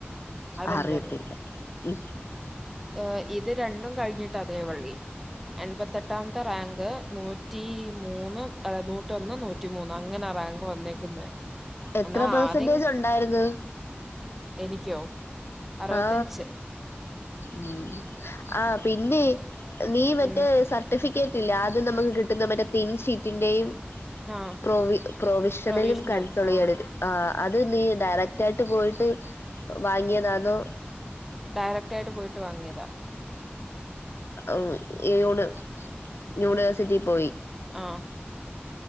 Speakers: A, in the centre; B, on the left.
A: അതെനിക്കറിയാം
B: അറിയത്തില്ല ഉം
A: ഏ ഇത് രണ്ടും കഴിഞ്ഞിട്ടാ തേവള്ളി എൺപത്തെട്ടാമത്തെ റാങ്ക് നൂറ്റി മൂന്ന് നൂറ്റൊന്ന് നൂറ്റി മൂന്ന് അങ്ങനെ റാങ്ക് വന്നേക്കുന്നേ
B: എത്ര
A: എന്നാ
B: പെർസെന്റേജ്
A: ആദ്യം
B: ഉണ്ടായിരുന്നു
A: എനിക്കോ അറുപത്തഞ്ച്
B: ആ ഉം ആ പിന്നെ നീ മറ്റേ
A: ഉം
B: സർട്ടിഫിക്കറ്റ്ല്ല ആദ്യം നമുക്ക് കിട്ടുന്ന മറ്റേ തിൻഷീറ്റിന്റെയും
A: ആ
B: പ്രൊവി പ്രൊവിഷനിലും
A: പ്രൊവിഷണൽ
B: കൺസൊളിയണത്
A: ആ
B: ആ അത് നീ ഡയറക്റ്റ് ആയിട്ട് പോയിട്ട് വാങ്ങിയതാന്നോ
A: ഡയറക്റ്റ് ആയിട്ട് പോയിട്ട് വങ്ങിയതാ
B: ഉം യൂണ് യൂണിവേഴ്സിറ്റി പോയി
A: ആഹ്‌